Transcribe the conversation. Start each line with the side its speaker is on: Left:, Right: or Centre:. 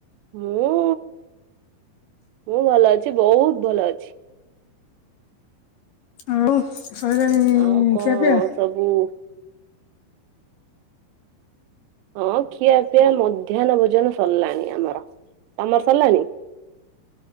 Right: ମୁଁ ମୁଁ ଭଲ ଅଛି ବହୁତ ଭଲ ଅଛି।
Left: ଆଉ ସଇଲାଣି
Right: ଆଉ କଣ
Left: ଖିଆପିଆ?
Right: ସବୁ ହଁ ଖିଆ ପିଆ ମଧ୍ୟାହ୍ନ ଭୋଜନ ସରିଲାଣି ଆମର ତମର ସରିଲାଣି?